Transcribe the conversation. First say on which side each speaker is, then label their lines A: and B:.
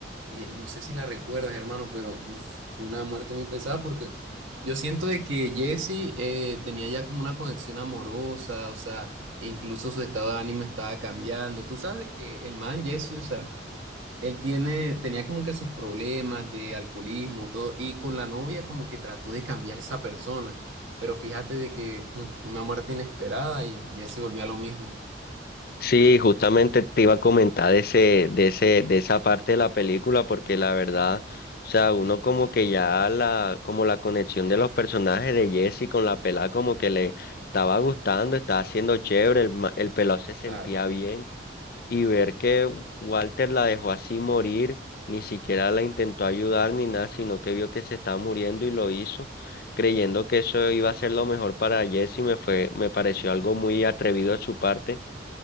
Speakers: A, on the right (about 85°); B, on the left (about 50°).
A: eh, no sé si la recuerdas, hermano, pero uf, fue una muerte muy pesada porque yo siento de que Jesse eh, tenía ya como una conexión amorosa, o sea, e incluso su estado de ánimo estaba cambiando. Tú sabes de que el man Jesse, o sea, él tiene, tenía como que sus problemas de alcoholismo, todo, y con la novia como que trató de cambiar esa persona. Pero fíjate de que mm, una muerte inesperada y Jesse volvió a lo mismo.
B: Sí, justamente te iba a comentar de ese, de ese, de esa parte de la película, porque la verdad, o sea, uno como que ya la, como la conexión de los personajes de Jesse con la pelada como que le estaba gustando, estaba haciendo chévere, el, ma- el pelado se sentía
A: Claro.
B: bien, y ver que Walter la dejó así morir, ni siquiera la intentó ayudar ni nada, sino que vio que se estaba muriendo y lo hizo, creyendo que eso iba a ser lo mejor para Jesse, me fue, me pareció algo muy atrevido de su parte